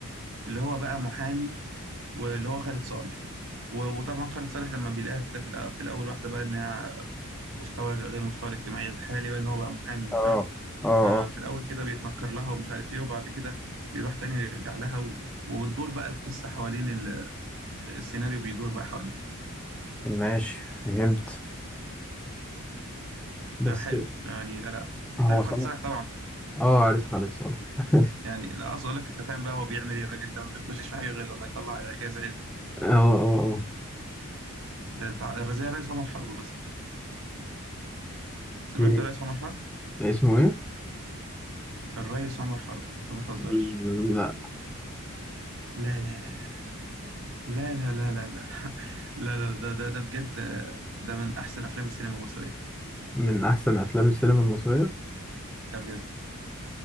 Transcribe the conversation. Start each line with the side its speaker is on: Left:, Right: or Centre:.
Right: اللي هو بقى محامي واللي هو خالد صالح و- وطبعا خالد صالح لما بيلاقيها كده في الأ- في الأول واحدة بقى إنها مستوى غير مستوى الاجتماعي الحالي بقى ان هو بقى محامي وبتاع
Centre: اه اه
Right: ففي
Centre: اه
Right: الاول كده بيتنكر لها ومش عارف ايه وبعد كده بيروح تاني ويرجع لها و... وبتدور بقى القصه حوالين ال... السيناريو بيدور بقى حوالين
Centre: ماشي فهمت بس
Right: لا حلو يعني لا لا انت
Centre: هو
Right: عارف
Centre: صالح
Right: خالد صالح طبعا بقى
Centre: اه عارف خالد صالح <laughs>
Right: يعني لا اقصد اقول لك انت فاهم بقى هو بيعمل ايه الراجل ده ما بيخشش في حاجه غير لما يطلع اعجاز علمي يعني
Centre: اه اه اه
Right: ده انت ع- زي الرئيس عمر حرب مثلا سمعت
Centre: إيه
Right: الرئيس عمر حرب
Centre: اسمه ايه
Right: الرئيس عمر حرب ما تهزرش
Centre: لا
Right: لا لا لا لا لا لا لا لا <laughs> لا لا ده ده ده بجد آه، ده من أحسن أفلام السينما المصرية
Centre: من احسن افلام السينما المصرية
Right: ده بجد